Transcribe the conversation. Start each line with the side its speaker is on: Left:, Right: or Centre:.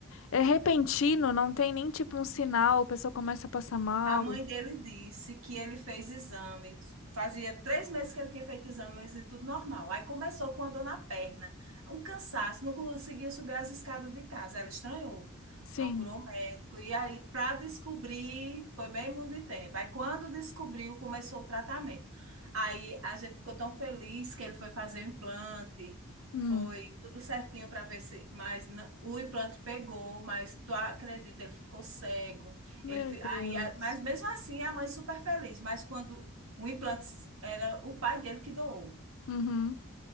Left: É repentino, não tem nem tipo um sinal, a pessoa começa a passar mal.
Right: A mãe dele disse que ele fez exames, fazia três meses que ele tinha feito exames e tudo normal. Aí começou com a dor na perna, um cansaço, não conseguia subir as escadas de casa. Ela estranhou,
Left: Sim.
Right: procurou um médico. E aí, para descobrir, foi meio mundo de tempo. Aí, quando descobriu, começou o tratamento. Aí a gente ficou tão feliz que ele foi fazer o implante.
Left: Hum.
Right: Foi tudo certinho para ver se, mas na- o implante pegou, mas tu acredita, ele ficou cego.
Left: Meu
Right: Ele, fi-
Left: Deus.
Right: e a- mas mesmo assim, a mãe super feliz. Mas quando o implante era o pai dele que doou.
Left: Uhum.